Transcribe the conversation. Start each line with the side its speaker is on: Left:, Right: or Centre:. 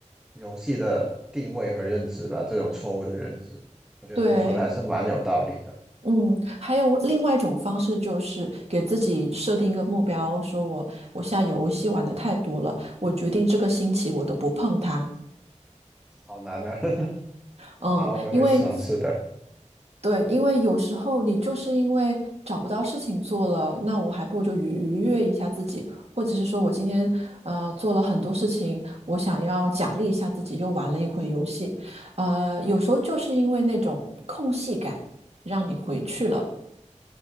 Centre: 游戏的定位和认知吧，这种错误的认知，我觉得你说的还是蛮有道理的。
Right: 对，嗯，还有我另外一种方式就是给自己设定一个目标，说我我现在游戏玩的太多了，我决定这个星期我都不碰它。
Centre: 好难啊！<laughs>
Right: 嗯，
Centre: 好，我会尝试的。
Right: 因为对，因为有时候你就是因为找不到事情做了，那我还不如就愉愉悦一下自己，或者是说我今天呃做了很多事情，我想要奖励一下自己，又玩了一会游戏，呃，有时候就是因为那种空隙感，让你回去了。